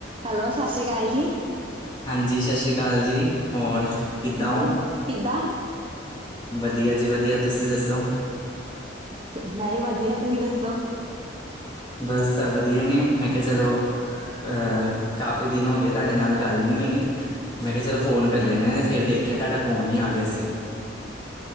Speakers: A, on the right; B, on the left.
A: Hello, ਸਤਿ ਸ਼੍ਰੀ ਕਾਲ ਜੀ,
B: ਹਾਂਜੀ, ਸਤਿ ਸ਼੍ਰੀ ਅਕਾਲ ਜੀ, ਹੋਰ ਕਿੱਦਾਂ ਹੋ
A: ਔਰ ਕਿਦਾਂ,
B: ਵਧੀਆ ਜੀ, ਵਧੀਆ ਤੁਸੀਂ ਦੱਸੋ?
A: ਮੈਂ ਵੀ ਵਧੀਆ ਤੁਸੀਂ ਦੱਸੋ?
B: ਬਸ ਵਧੀਆ ਨੇ, ਮੈਂ ਕਿਹਾ ਚਲੋ ਅ ਕਾਫੀ ਦਿਨ ਹੋ ਗਏ, ਤੁਹਾਡੇ ਨਾਲ ਗੱਲ ਨਹੀਂ ਹੋਈ ਮੈਂ ਕਿਹਾ ਚਲੋ ਫ਼ੋਨ ਕਰ ਲੈਂਣਾ ਏ ਤੇ, ਫਿਰ ਦੇਖਿਆ ਤੁਹਾਡਾ ਫ਼ੋਨ ਹੀ ਆ ਗਿਆ ਸੀ।